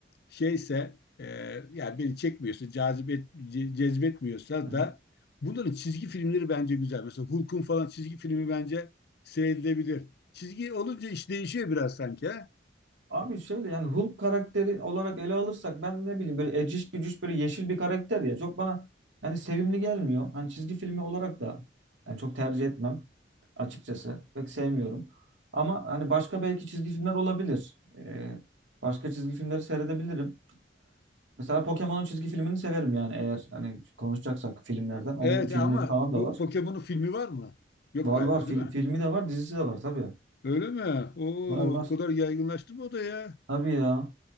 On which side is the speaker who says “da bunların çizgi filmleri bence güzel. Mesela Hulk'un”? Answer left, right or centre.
Left